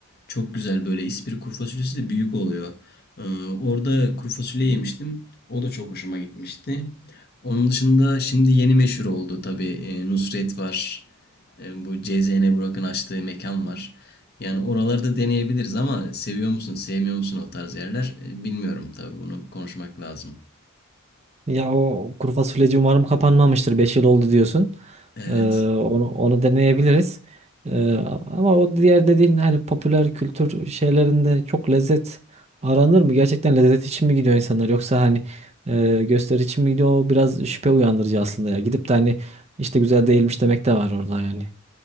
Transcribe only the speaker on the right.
Ya o kuru fasulyeci umarım kapanmamıştır. beş yıl oldu diyorsun.
Ee, onu, onu deneyebiliriz. Ee, ama o diğer dediğin hani popüler kültür şeylerinde çok lezzet aranır mı? Gerçekten lezzet için mi gidiyor insanlar yoksa hani e, gösteri için mi gidiyor? O biraz şüphe uyandırıcı aslında ya. Gidip de hani işte güzel değilmiş demek de var orada yani.